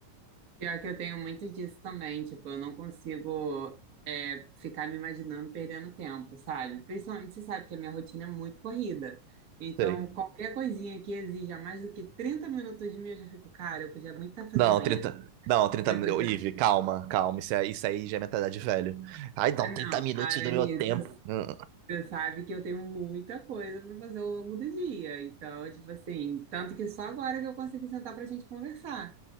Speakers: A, on the right (about 35°); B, on the right (about 85°).
A: Pior que eu tenho muito disso também, tipo, eu não consigo é, ficar me imaginando perdendo tempo, sabe? Principalmente, você sabe que a minha rotina é muito corrida. Então,
B: Sei.
A: qualquer coisinha que exija mais do que 30 minutos de mim, eu já fico, cara, eu podia muito estar fazendo
B: Não,
A: isso.
B: 30 Não, 30
A: Eu
B: minutos.
A: podia.
B: Ive, calma, calma. Isso, é, isso aí já é mentalidade de velho. Ai, não,
A: Ah, não,
B: 30 minutos
A: Aranita,
B: do meu tempo. Hum.
A: você sabe que eu tenho muita coisa para fazer ao longo do dia. Então, tipo assim, tanto que só agora que eu consegui sentar para a gente conversar.